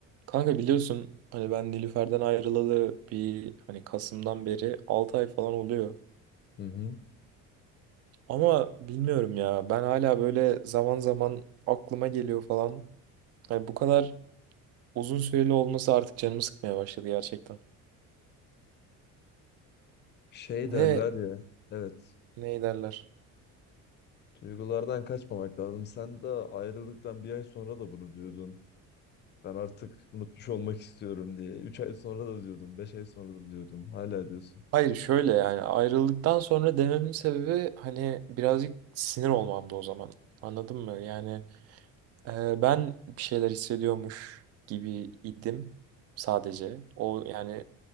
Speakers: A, on the right (about 50°); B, on the left (about 35°).
A: Kanka biliyorsun hani ben Nilüfer'den ayrılalı bir hani Kasım'dan beri 6 ay falan oluyor.
B: Hı hı.
A: Ama bilmiyorum ya ben hala böyle zaman zaman aklıma geliyor falan. Hani bu kadar uzun süreli olması artık canımı sıkmaya başladı gerçekten.
B: Şey
A: Ve
B: derler ya. Evet.
A: ne derler?
B: Duygulardan kaçmamak lazım. Sen de ayrılıktan bir ay sonra da bunu diyordun. Ben artık unutmuş olmak istiyorum diye. Üç ay sonra da diyordun. Beş ay sonra da diyordun. Hala diyorsun.
A: Hayır şöyle yani ayrıldıktan sonra dememin sebebi hani birazcık sinir olmamdı o zaman. Anladın mı? Yani e, ben bir şeyler hissediyormuş gibi idim sadece. O yani